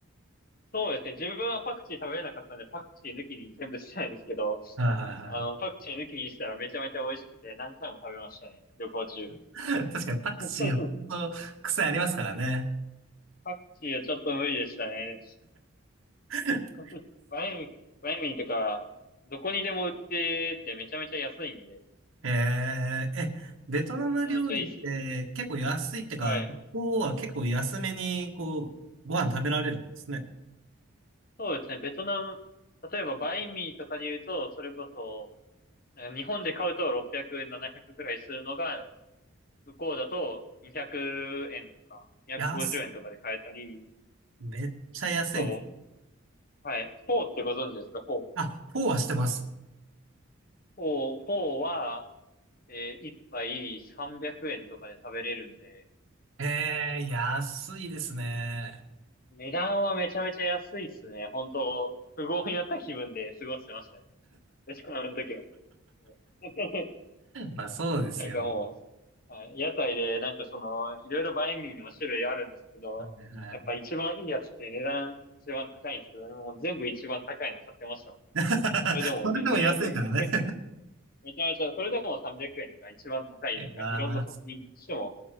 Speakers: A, on the left; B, on the right.
A: そうですね。自分はパクチー食べれなかったんで、パクチー抜きに全部したんですけど、
B: はいはいは
A: あの、パクチー抜きにしたらめちゃめちゃ美味しくて、何回も食べましたね。旅行中。
B: い。<laughs> 確かにパクチー、
A: <laughs>
B: ほんと、癖ありますからね。
A: パクチーはちょっと無理でしたね。
B: <laughs>
A: <laughs> バイン、バインミーとか、どこにでも売っててめちゃめちゃ安いんで、
B: えー、え、ベトナム料理って結構安いってか、
A: めちゃめちゃいいですよ。はい。
B: ここは結構安めに、こう、ご飯食べられるんですね。
A: そうですね。ベトナム、例えばバインミーとかで言うと、それこそ、なんか日本で買うと600、700くくらいするのが、向こうだと200円とか、250円とかで買えたり、
B: 安、めっちゃ安いです。
A: と、はい。フォーってご存知ですかフォー。
B: あ、フォーはしてます。
A: フォー、フォーは、えー、1杯300円とかで食べれるんで、
B: えー、安いですね。
A: 値段はめちゃめちゃ安いっすね。本当富豪になった気分で過ごしてましたね。飯食うの時は。<laughs>
B: まあそうですよね。
A: なんかもう、はい屋台で、なんかその、いろいろバインミーにも種類あるんですけど、
B: はい
A: やっぱ一番いいやつって値段一番高いんですけど、もう全部一番高いの買ってましたもん。
B: <laughs>
A: それでも全然安いんで。
B: それでも安いからね。
A: めちゃめちゃ、それでも300円とか一番高い、
B: <laughs>
A: なんかいろんなトッピングしても
B: いやー